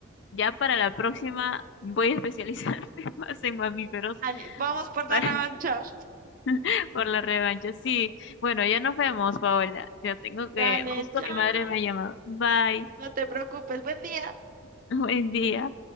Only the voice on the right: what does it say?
Dale, vamos por
la revancha.
Dale,
chao.
No te preocupes, buen día.